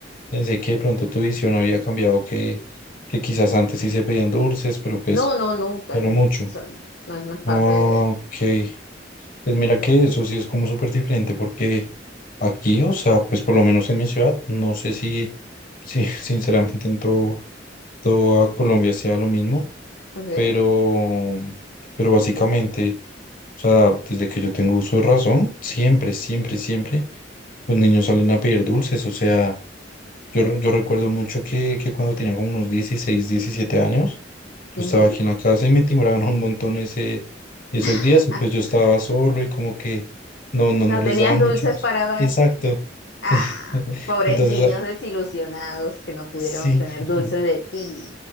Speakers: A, on the left (about 50°); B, on the left (about 70°).
A: pensé que de pronto tu visión había cambiado, que, que quizás antes sí se pedían dulces, pero pues
B: No, no, nunca,
A: ya
B: nunca.
A: no mucho.
B: O sea, no, no es no es parte
A: Ah,
B: de...
A: Ok, pues mira que eso sí es como súper diferente porque aquí, o sea, pues por lo menos en mi ciudad, no sé si, si <laughs> sinceramente en todo, toda Colombia sea lo mismo,
B: Okay.
A: pero, pero básicamente... O sea, desde que yo tengo uso de razón, siempre, siempre, siempre los niños salen a pedir dulces. O sea, yo, re- yo recuerdo mucho que, que cuando tenía como unos 16 17 años, yo
B: ujú.
A: estaba aquí en la casa y me timbraban un montón ese, esos
B: <laughs>
A: días y pues yo estaba solo y como que no, no, no
B: No
A: les
B: tenías
A: daba muchos.
B: dulces para dar.
A: Exacto. <laughs>
B: Ah,
A: Sí.
B: pobres
A: Entonces,
B: niños
A: ah,
B: desilusionados que no pudieron
A: sí.
B: obtener
A: <laughs>
B: dulces de ti.